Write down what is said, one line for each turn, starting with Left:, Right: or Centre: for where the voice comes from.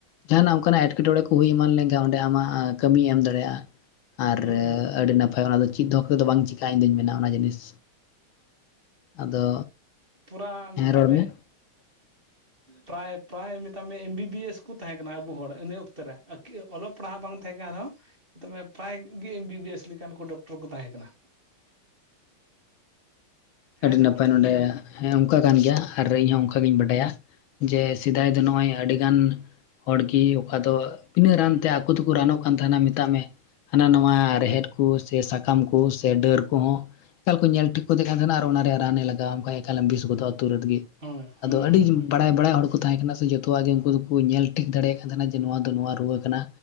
Left: ᱡᱟᱦᱟᱱᱟᱜ ᱚᱱᱠᱟᱱᱟᱜ ᱮᱴᱠᱮᱴᱚᱬᱮ ᱠᱚ ᱦᱩᱭ ᱮᱢᱟᱱ ᱞᱮᱱᱠᱷᱟᱱ ᱚᱸᱰᱮ ᱟᱢᱟᱜ ᱠᱟᱹᱢᱤᱭ ᱮᱢ ᱫᱟᱲᱮᱭᱟᱜᱼᱟ ᱟᱨ
Right: ᱦᱩᱸ
Left: ᱟᱹᱰᱤ ᱱᱟᱯᱟᱭ ᱚᱱᱟ ᱫᱚ ᱪᱮᱫ ᱫᱚᱦᱚ ᱠᱟᱛᱮ ᱫᱚ ᱵᱟᱝ ᱪᱤᱠᱟᱜᱼᱟ ᱤᱧᱫᱚᱧ ᱢᱮᱱᱟ ᱚᱱᱟ ᱡᱤᱱᱤᱥ ᱟᱫᱚ
Right: ᱯᱩᱨᱟᱹ ᱢᱮᱛᱟᱜ
Left: ᱦᱮᱸ ᱨᱚᱲ
Right: ᱢᱮ
Left: <unintelligible>
Right: ᱯᱨᱟᱭ ᱯᱨᱟᱭ ᱢᱮᱛᱟᱜ ᱢᱮ ᱮᱢ ᱵᱤ ᱵᱤ ᱮᱥ ᱠᱚ ᱛᱟᱦᱮᱸᱠᱟᱱᱟ ᱟᱵᱚ ᱦᱚᱲ ᱤᱱᱟᱹ ᱚᱠᱛᱮ ᱨᱮ ᱚᱞᱚᱜ ᱯᱟᱲᱦᱟᱜ ᱵᱟᱝ ᱛᱟᱦᱮᱸ ᱠᱟᱱ ᱨᱮᱦᱚᱸ ᱛᱚᱵᱮ ᱯᱨᱟᱭ ᱜᱮ ᱮᱢ ᱵᱤ ᱵᱤ ᱮᱥ ᱞᱮᱠᱟᱱ ᱠᱚ ᱰᱚᱠᱴᱚᱨ ᱠᱚ ᱛᱟᱦᱮᱸ ᱠᱟᱱᱟ᱾ ᱦᱮᱸ
Left: ᱟᱹᱰᱤ
Right: ᱥᱮ
Left: ᱱᱟᱯᱟᱭ
Right: ᱵᱟᱝ
Left: ᱱᱚᱰᱮ ᱚᱱᱠᱟ ᱠᱟᱱ ᱜᱮᱭᱟ ᱟᱨ ᱤᱧᱦᱚᱸ ᱚᱱᱠᱟ ᱜᱤᱧ ᱵᱟᱰᱟᱭᱟ ᱡᱮ ᱡᱟᱦᱟᱭ ᱫᱚᱭ ᱱᱚᱜᱼᱚᱭ ᱟᱹᱰᱤᱜᱟᱱ ᱦᱚᱲᱜᱮ ᱚᱠᱟ ᱫᱚ ᱵᱤᱱᱟᱹᱜ ᱨᱟᱱᱛᱮ ᱟᱠᱚ ᱫᱚᱠᱚ ᱨᱟᱱᱚᱜ ᱠᱟᱱ ᱛᱟᱦᱮᱱᱟ ᱢᱮᱛᱟᱜ ᱢᱮ᱾ ᱦᱟᱱᱟ ᱱᱟ ᱨᱮᱦᱮᱫ ᱠᱚ ᱥᱮ ᱥᱟᱠᱟᱢ ᱠᱚ ᱥᱮ ᱰᱟᱹᱨ ᱠᱚᱦᱚᱸ ᱮᱠᱟᱞ ᱠᱚ ᱧᱮᱞ ᱴᱷᱤᱠ ᱠᱚᱫᱮ ᱠᱟᱱ ᱟᱨ ᱚᱱᱟ ᱨᱮᱭᱟᱜ ᱨᱟᱱᱮ ᱞᱟᱜᱟᱣᱟᱢ ᱠᱷᱟᱡ ᱮᱠᱟᱞᱮᱢ ᱵᱮᱥ ᱜᱚᱫᱚᱜᱼᱟ ᱛᱩᱨᱟᱨᱱᱛ ᱜᱮ
Right: ᱦᱮᱸ ᱦᱮᱸ
Left: ᱟᱫᱚ ᱟᱹᱰᱤ
Right: ᱦᱮᱸ
Left: ᱵᱟᱲᱟᱭ ᱵᱟᱲᱟᱭ ᱦᱚᱲ ᱠᱚ ᱛᱟᱦᱮᱸ ᱠᱟᱱᱟᱟᱱᱟ ᱥᱮ ᱡᱚᱛᱚᱣᱟᱜ ᱜᱮ ᱩᱱᱠᱩ ᱛᱟᱦᱮᱸ ᱠᱟᱱᱟ ᱥᱮ ᱡᱚᱛᱚᱣᱟᱜ ᱜᱮ ᱩᱱᱠᱚ ᱫᱚᱠᱚ ᱧᱮᱞ ᱴᱷᱤᱠ ᱫᱟᱲᱮᱭᱟᱜ ᱠᱟᱱ ᱛᱟᱦᱮᱸᱱᱟ ᱡᱮ ᱱᱚᱣᱟ ᱫᱚ ᱱᱚᱣᱟ ᱨᱩᱣᱟᱹ ᱠᱟᱱᱟ